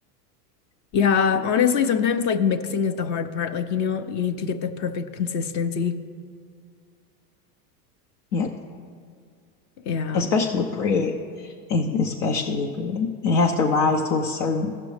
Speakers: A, on the left; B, on the left.
A: Yeah, honestly, sometimes like mixing is the hard part. Like, you know, you need to get the perfect consistency.
B: Yep.
A: Yeah.
B: Especially with bread. Es- Especially with bread. It has to rise to a certain,